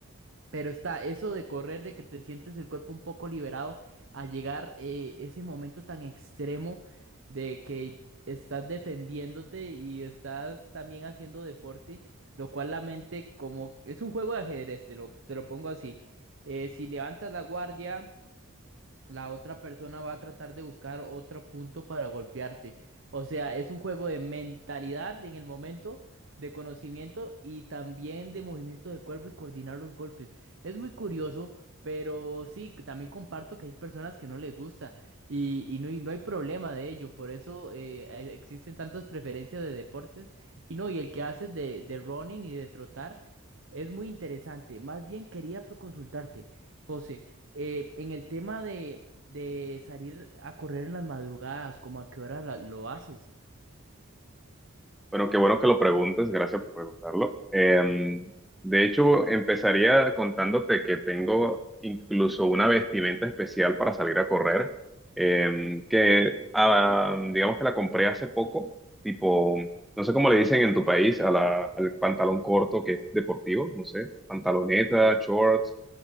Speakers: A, on the right; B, in the centre.
A: pero está eso de correr, de que te sientes el cuerpo un poco liberado, a llegar eh, ese momento tan extremo de que estás defendiéndote y estás también haciendo deporte, lo cual la mente como es un juego de ajedrez, te lo, te lo pongo así. Eh, si levantas la guardia, la otra persona va a tratar de buscar otro punto para golpearte. O sea, es un juego de mentalidad en el momento, de conocimiento y también de movimiento de cuerpo y coordinar los golpes. Es muy curioso, pero sí, que también comparto que hay personas que no les gusta y, y no, y no hay problema de ello. Por eso eh, e- existen tantas preferencias de deportes y no, y el que haces de, de running y de trotar es muy interesante. Más bien quería pues, consultarte. José, eh, en el tema de, de salir a correr en las madrugadas, ¿cómo a qué hora la- lo haces?
B: Bueno, qué bueno que lo preguntes, gracias por preguntarlo. Eh, de hecho, empezaría contándote que tengo incluso una vestimenta especial para salir a correr, eh, que ah, digamos que la compré hace poco, tipo, no sé cómo le dicen en tu país a la- al pantalón corto que es deportivo, no sé, pantaloneta, shorts,